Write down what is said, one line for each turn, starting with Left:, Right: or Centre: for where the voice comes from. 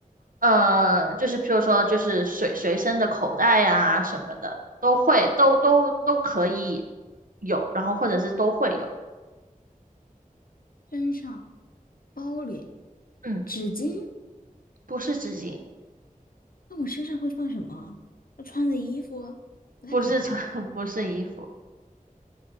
Right: 呃，就是譬如说，就是随随身的口袋呀、什么的，都会都都都可以有，然后或者是都会有，
Left: 身上、包里、
Right: 嗯，
Left: 纸巾，
Right: 不是纸巾，
Left: 那我身上会放什么？我穿的衣服不太可能啊
Right: 不是穿，<laughs> 不是衣服，